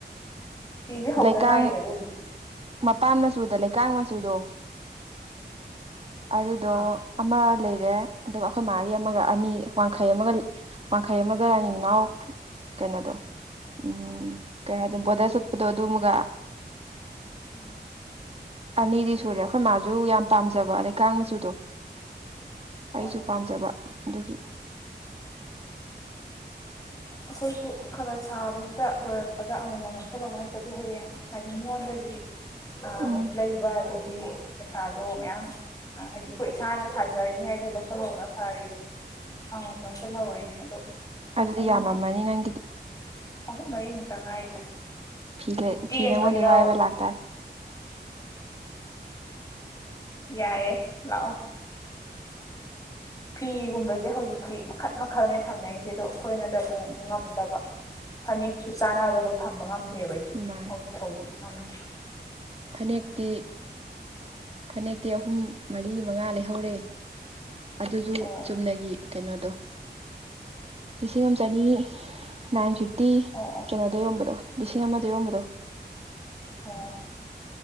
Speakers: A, on the left (about 20°); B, on the right (about 35°).
A: ꯐꯤꯖꯦ ꯍꯧꯗ
B: ꯂꯩꯀꯥꯡ
A: ꯉꯥꯏꯔꯤꯗ ꯑꯗꯨꯕꯨꯗꯤ
B: ꯃꯄꯥꯟ ꯃꯆꯨꯗ ꯂꯩꯀꯥꯡ ꯃꯆꯨꯗꯣ ꯑꯗꯨꯗꯣ
A: ꯑꯥ
B: ꯑꯃ ꯂꯩꯔꯦ ꯑꯗꯨꯒ ꯑꯈꯣꯏ ꯃꯥꯒꯤ ꯑꯃꯒ ꯑꯅꯤ ꯋꯥꯡꯈꯩ ꯑꯃꯒ ꯋꯥꯡꯈꯩ ꯑꯃꯒ ꯗꯨꯒ ꯔꯥꯅꯤ ꯃꯅꯥꯎ ꯀꯩꯅꯣꯗꯣ ꯎꯝ ꯀꯩ ꯍꯥꯏꯗꯣꯏꯅꯣ ꯕꯣꯔꯗꯔ ꯆꯠꯄꯗꯣ ꯑꯗꯨ ꯃꯒ
A: <inaudible>
B: ꯑꯅꯤꯗꯤ ꯁꯨꯔꯦ ꯑꯩꯈꯣꯏ ꯃꯥꯖꯨ ꯌꯥꯝ ꯄꯥꯝꯖꯕ ꯂꯩꯀꯥꯡ ꯃꯆꯨꯗꯣ ꯑꯩꯖꯨ
A: ꯍꯣꯏ
B: ꯄꯥꯝꯖꯕ ꯑꯗꯨꯒꯤ
A: ꯑꯈꯣꯏꯁꯨ ꯈꯔ ꯈꯔ ꯁꯥꯕꯁꯤꯗ ꯂꯣꯏꯔꯛꯄꯗ ꯑꯃꯃꯝ ꯂꯧꯁꯜ ꯂꯧꯕ ꯅꯠꯇ꯭ꯔꯗꯤ ꯍꯌꯦꯡ ꯍꯥꯏꯗꯤ ꯃꯤꯉꯣꯟꯗꯒꯤ ꯑꯃꯨꯛ
B: ꯎꯝ
A: ꯂꯩꯕ ꯗꯨꯗꯤ ꯄꯩꯁꯥꯗꯣ ꯃꯌꯥꯝ ꯍꯥꯏꯗꯤ ꯑꯩꯈꯣꯏ ꯏꯁꯥꯅ ꯁꯥꯖꯔꯤꯉꯩꯗ ꯂꯧꯁꯜꯍꯧꯕꯅ ꯐꯔꯦ ꯑꯃꯃꯝ ꯂꯧꯁꯟꯍꯧꯋꯦ ꯑꯗꯣ
B: ꯑꯗꯨꯗꯤ
A: ꯑꯍꯨꯝ
B: ꯌꯥꯝꯃꯝꯃꯅꯤ ꯅꯪꯒꯤꯗꯤ
A: ꯑꯍꯨꯝ ꯃꯔꯤꯃꯨꯛꯇ ꯉꯥꯏꯔꯤꯗ
B: ꯐꯤ ꯂꯩ
A: ꯇꯦꯟꯕ
B: ꯐꯤ ꯅꯥꯉꯣꯟꯗꯩꯩ
A: ꯌꯥꯎ
B: ꯋꯥꯏꯕ ꯂꯥꯛꯇꯥꯔꯦ
A: ꯌꯥꯏꯌꯦ ꯂꯥꯛꯑꯣ ꯐꯤꯒꯨꯝꯕꯖꯦ ꯍꯧꯖꯤꯛꯇꯤ ꯃꯈꯜ ꯃꯈꯜꯅꯦ ꯊꯝꯅꯩꯖꯦ ꯑꯗꯣ ꯑꯩꯈꯣꯏꯅꯗꯕꯨ ꯃꯨ ꯉꯝꯗꯕ ꯐꯅꯦꯛꯁꯨ ꯆꯥꯅꯕꯗꯣ ꯊꯝꯕ ꯉꯝꯗꯦꯕ ꯑꯩꯖꯨ
B: ꯃꯥꯅꯦ
A: ꯍꯧꯖꯤꯛ ꯐꯥꯎꯗꯤ ꯉꯝꯗ꯭ꯔꯤ
B: ꯐꯅꯦꯛꯇꯤ ꯐꯅꯦꯛꯇꯤ ꯑꯍꯨꯝ ꯃꯔꯤ ꯃꯉꯥ ꯂꯩꯍꯧꯔꯦ ꯑꯗꯨꯖꯨ
A: ꯑꯣ
B: ꯆꯨꯝꯅꯒꯤ ꯀꯩꯅꯣꯗꯣ ꯂꯤꯁꯤꯡ ꯑꯝ ꯆꯅꯤ ꯅꯥꯏꯟ ꯐꯤꯐꯇꯤ
A: ꯑꯣ ꯑꯣ
B: ꯀꯩꯅꯣ ꯗ ꯌꯣꯟꯕꯗꯣ ꯂꯤꯁꯤꯡ ꯑꯃꯗ ꯌꯣꯟꯕꯗꯣ
A: ꯑꯣ